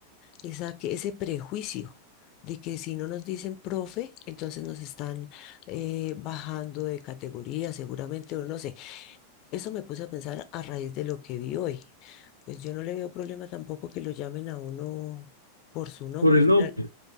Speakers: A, on the left; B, on the left.
A: esa, que- ese prejuicio de que si no nos dicen profe, entonces nos están eh, bajando de categoría, seguramente, o no sé. Eso me puse a pensar a raíz de lo que vi hoy. Pues yo no le veo problema tampoco que lo llamen a uno por su nombre
B: Por el
A: final.
B: nombre.